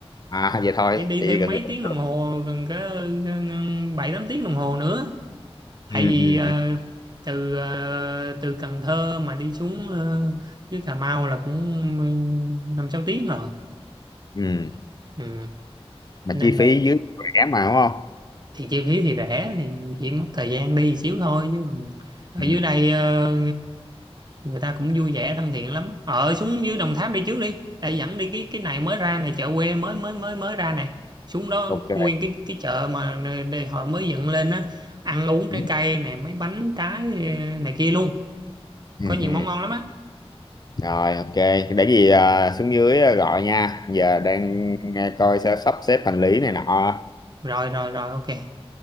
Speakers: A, on the left; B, on the right.
A: à vậy thôi
B: đi đi
A: thì
B: thêm
A: gần
B: mấy
A: gần
B: tiếng đồng hồ gần có bảy tám tiếng đồng hồ nữa tại
A: ừ,
B: vì
A: ừ,
B: ờ,
A: ừ.
B: từ ờ, từ Cần Thơ mà đi xuống ờ, dưới Cà Mau là cũng ừ, năm sáu tiếng rồi
A: ừ.
B: ừ. cho
A: mà
B: nên
A: chi
B: là
A: phí dưới rẻ mà đúng không
B: thì chi phí thì rẻ thì chỉ mất thời gian đi xíu thôi chứ còn ở
A: ừ.
B: dưới đây ờ, người ta cũng vui vẻ thân thiện lắm ở xuống dưới Đồng Tháp đi trước đi để dẫn đi cái cái này mới ra này chợ quê mới mới mới mới ra nè xuống đó
A: ok
B: nguyên cái cái chợ mà nơi- đây họ mới dựng lên á ăn uống
A: ừ.
B: trái cây nè mấy bánh trái ờ, này kia luôn
A: Ừ,
B: có nhiều
A: ừ.
B: món ngon lắm á
A: rồi ok để cái gì à, xuống dưới à, gọi nha giờ đang à, coi sẽ sắp xếp hành lý này nọ
B: rồi rồi rồi ok